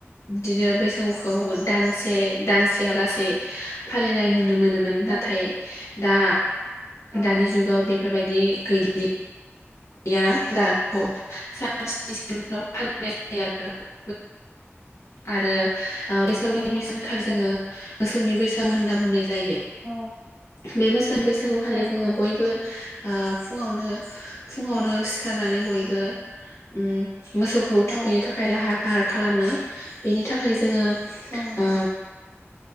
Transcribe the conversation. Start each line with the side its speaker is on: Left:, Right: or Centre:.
Left: बिदिनो बैसागुखौ
Right: औ
Left: दानसे दानसे या लासेै फालिनाय नुनो मोनोमोन नाथाय
Right: औ
Left: दा
Right: औ
Left: दानि जुगाव बेफोर बायदि गैलि या दाथ' <unintelligible> आरो ओ बैसागुनि
Right: औ नंगौ
Left: गिबि सानखौ जोङो
Right: औ
Left: मोसौनि बैसागु होनना बुंनाय जायो।
Right: औ
Left: बे मोसौ बैसागु खालि
Right: नंगौ
Left: जोङो बयबो ओ फुङावनो फुङावनो
Right: औ
Left: सिखार नानै बयबो उम मोसौखौ थुखैनो
Right: औ
Left: थाखाय लाहार फाहार खालामो बेनि थाखाय जोङो
Right: औ नंगौ।
Left: ओ